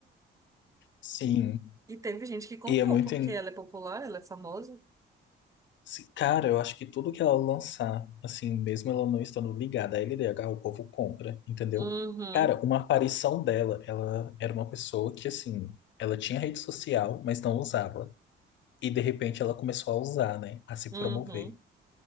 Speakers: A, on the left (about 70°); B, on the right (about 15°).
A: Sim.
B: E teve gente que comprou,
A: E é muito.
B: porque ela é popular, ela é famosa.
A: Se- Cara, eu acho que tudo que ela lançar, assim, mesmo ela não estando ligada à LDH, o povo compra, entendeu?
B: Uhum,
A: Cara, uma aparição dela, ela era uma pessoa que, assim, ela tinha rede social, mas não usava. E, de repente, ela começou a usar, né? A se
B: uhum,
A: promover.